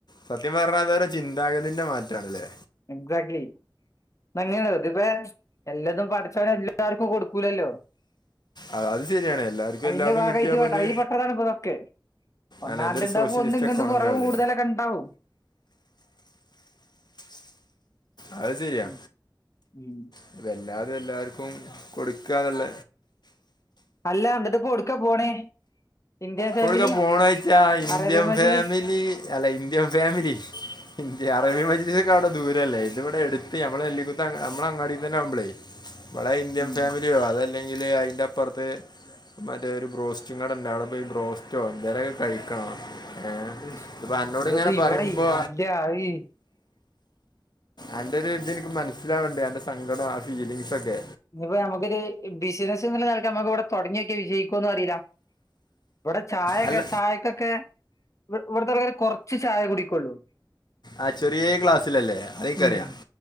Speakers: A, on the left; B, on the left.
A: സത്യം പറഞ്ഞാഅത് ഓരോ ചിന്താഗതിന്റെ മാറ്റാണ്ല്ലേ
B: എക്സാക്ട്ലി ഇത് അങ്ങനേണല്ലോ ഇതിപ്പേ എല്ലതും പഠച്ചാേന് എല്ലാർക്കും കൊടുക്കൂലല്ലോ
A: അത് അത് ശരിയാണ് എല്ലാവർക്കും
B: അയിന്റെ
A: എല്ലാതും
B: ഭാഗായിട്ട്
A: കിട്ടിയപ്പോ
B: ഇവിടെ
A: ഇത്
B: കയ്യിൽ പെട്ടതാണ്പ്പൊതൊക്കെ ഒന്നാണ്ട്
A: അല്ല ഇതൊരു
B: ണ്ടാവുമ്പൊ
A: സോഷ്യലിസ്റ്റ്
B: ഒന്ന് ഇങ്ങണ്ടും
A: എക്കോണമി
B: കുറവും
A: ആവൂലേ
B: കൂടുതലൊക്കെ ഉണ്ടാവും.
A: അത് ശരിയാ
B: ഉം ഉം
A: ഇതിപ്പോ എല്ലാരും എല്ലാർക്കും കൊടുക്കാ ന്നുള്ള
B: അല്ലാ ന്നട്ട് ഇപ്പൊ എവിട്ക്കാ പോണേ ഇന്ത്യൻ ഫാമിലി
A: എവിടുക്ക പോണോയ്ച്ചാ ഇന്ത്യൻ
B: അറേബ്യൻ മജ്ലിസ്
A: ഫാമിലി അല്ല ഇന്ത്യൻ ഫാമിലി ഇന്ത് അറേബിയ മജീദൊക്കൊക്കെ അറേബ്യൻ മജിലിസിലേക്ക് അവടെദൂരല്ലേ ഇത് ഇവിടെ എടുത്ത് നമ്മള നെല്ലിക്കുത്ത്മ്മള അങ്ങാടി തന്നെ ആവുമ്പ ളേ ബടെ
B: ഉം
A: ഇന്ത്യൻ ഫാമിലിയോ അതല്ലെങ്കില് അതിന്റെ അപ്പുറത്ത് മറ്റേ ഒരു ബ്രോസ്റ്റുങ്ങട ഇണ്ടവിടെ പോയി ബ്രോസ്റ്റോ എന്തേലൊക്കെ കഴിക്കണോ ഏഹ്
B: ഉയ്ശ്.
A: ത്ഇപ്പൊ അന്നോട്
B: ഇതൊന്നും
A: ഇങ്ങനെ
B: ഇവിടെ
A: പറയുമ്പോ
B: ഇല്ല ഈ
A: അന്റെ ഒരു ഇത് ഇനിക്ക് മനസ്സിലാവണ്ട് അന്റെ സങ്കടോം ആ ഫീലിംങ്സ് ഒക്കെ
B: ഇനിപ്പ നമുക്കൊരു ബിസിനസ് ന്ന് ള്ള നിലക്ക് നമുക്ക് ഇവ്ടെ തൊടങ്ങിയൊക്യാ വിജയിക്കോന്ന് അറിയീല ഇവ്ടെ ചായൊക്കെ
A: അല്ല
B: ചായക്കൊക്കേ ഇ ഇവിടുത്തെ ആൾക്കാര് കൊറച്ച് ചായേ കുടിക്കുള്ളൂ
A: ആഹ് ചെറിയ ഗ്ലാസ്സിലല്ലേ അയിൻക്കറിയാ
B: ഉം